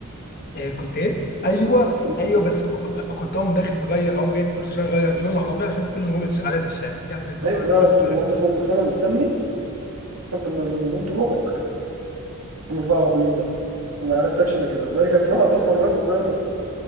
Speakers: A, on the left; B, on the right.
A: إيه كنت ايه؟ ايوه
B: تدخل
A: ايوه بس خ- كنت اقوم داخل مغير اقوم جايب فلوس عشان اغير لون العربيه عشان كل نجوم على الشاه يا ابن الدوله
B: إيه؟ لا
A: انت
B: انا
A: واخد
B: كنت
A: بالك
B: بقوم داخل المغسله مستني كنت لما النجوم تروح عامل فيها عبيط بقى ما عرفتكش انك كده تلاقي كان في واحد اصلا واقف قدام المغسله